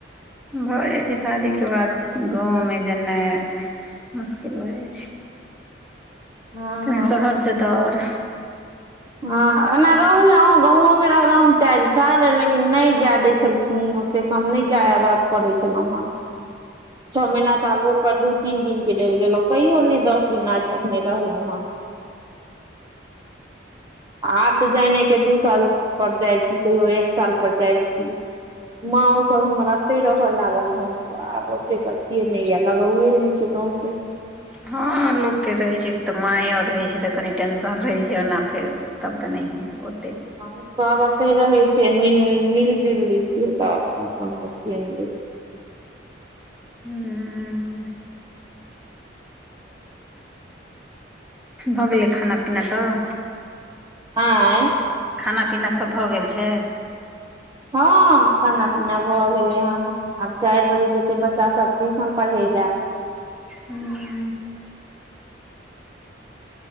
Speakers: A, in the centre; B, on the right.
A: भऽ जाइ छै शादीके बाद गाँवमे जेनाइ मुश्किल भऽ जाइ छै।
B: हँ
A: त शहर से तऽ आओर,
B: हँ एना रहलहुँ गावो में रहलहुँ हम चारि साल लेकिन नहि जाय दै छलखिन ओ, हम नहि जायब करे छलहुँं हम छो महीना साल भर पर दू तीन दिन, के लेल गेलहुं कहियो नहि दस दिन आज तक नहि रहलहुं हम आब तऽ जानने के दू साल पर जाइ छी कहियो एक साल पर जाइ छी। माँ सब हमरा एते रहऽ लागल हन, कथियए न या लगा हुए नीचे गाँव से <unintelligible>
A: हँ लोकके रहैत छै तऽ माय आओर रहैत छै तऽ कनि टेंशन रहैत छै ओना फेर, तब तऽ नहि हैओ
B: हँ सुआगत <unintelligible> छै रहे छै मिल ज लै छियै त को <unintelligible>
A: हू हू भऽ गेलै खाना पीना तऽ?
B: ऐ <unintelligible>
A: खाना पीना सब भऽ गेल छै?
B: हँ खाना पीना भऽ गेलै हन। आब चारि बजे जेतै बच्चा सब ट्यूशन पढ़ईलए।
A: हूँ